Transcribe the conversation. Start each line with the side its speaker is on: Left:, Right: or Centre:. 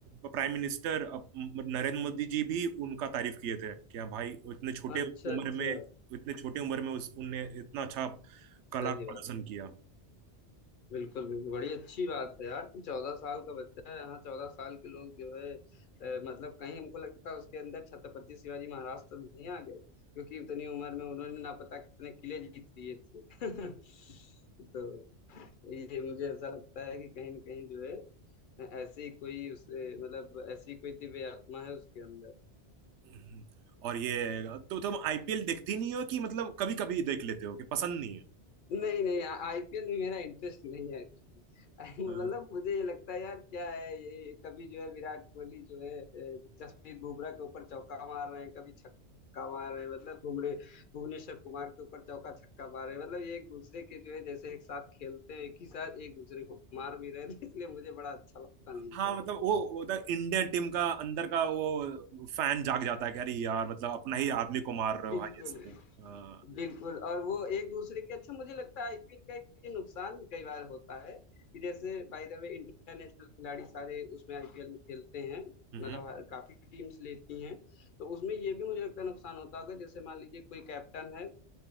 Right: प्राइम मिनिस्टर अ, नरेंद्र मोदी जी भी उनका तारीफ किए थे क्या भाई इतने छोटे
Left: अच्छा
Right: उम्र
Left: अच्छा
Right: में इतने छोटे उम्र में उस उनने इतना अच्छा कला
Left: सही
Right: का प्रदर्शन
Left: बात
Right: किया
Left: बिल्कुल बिल्कुल बड़ी अच्छी बात है यार कि चौदह साल का बच्चा है यहाँ चौदह साल के लोग जो है अ, मतलब कहीं हमको लगता है उसके अंदर छत्रपति शिवाजी महाराज तो नहीं आ गए क्योंकि इतनी उम्र में उन्होंने ना पता कितने किले जीत लिए थे <laughs> तो ये मुझे ऐसा लगता है कि कहीं ना कहीं जो है ऐसी कोई उस मतलब ऐसी कोई दिव्य आत्मा है उसके अंदर
Right: हम्म। और ये तो तुम आईपीएल देखती नहीं हो कि मतलब कभी कभी देख लेते हो कि पसंद नहीं है
Left: नहीं नहीं आईपीएल में मेरा इंटरेस्ट नहीं है एक्चुअली <laughs>
Right: अ,
Left: मतलब मुझे ये लगता है यार क्या है ये कभी जो है विराट कोहली जो है ए, जसप्रीत बुमराह के ऊपर चौका मार रहे हैं कभी छक्का मार रहे हैं मतलब बुमरे भुवनेश्वर कुमार के ऊपर चौका छक्का मार रहे हैं मतलब ये एक दूसरे के जो है जैसे एक साथ खेलते हैं एक ही साथ एक दूसरे को मार भी रहे हैं <laughs> तो इसलिए मुझे बड़ा अच्छा लगता नहीं
Right: हाँ
Left: है
Right: मतलब वो मतलब इंडियन टीम का अंदर का वो फैन जाग जाता है कि अरे यार मतलब अपना ही आदमी को मार रहे
Left: बिल्कुल
Right: हो भाई ऐसे अ,
Left: बिल्कुल और वो एक दूसरे के अच्छा मुझे लगता है आईपीएल का एक ये नुकसान भी कई बार होता है कि जैसे बाय द वे इंटरनेशनल खिलाड़ी सारे उसमें आईपीएल में खेलते हैं
Right: हम्म
Left: मतलब हर- काफी टीम्स लेती हैं तो उसमें ये भी मुझे लगता है नुकसान होता होगा जैसे मान लीजिए कोई कैप्टन है